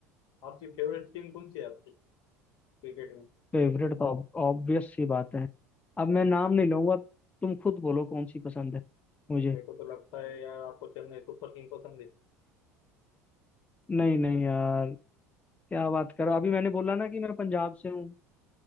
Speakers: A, on the left (about 55°); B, on the left (about 15°).
A: आपकी फेवरेट टीम कौन सी है आपकी क्रिकेट में
B: फेवरेट तो ऑब्वियस सी बात है अब मैं नाम नहीं लूंगा तुम खुद बोलो कौन सी पसंद है मुझे
A: मेरे को तो लगता है यार आपको चेन्नई सुपर किंग पसंद है
B: नहीं नहीं यार क्या बात करो अभी मैंने बोला ना कि मैं पंजाब से हूँ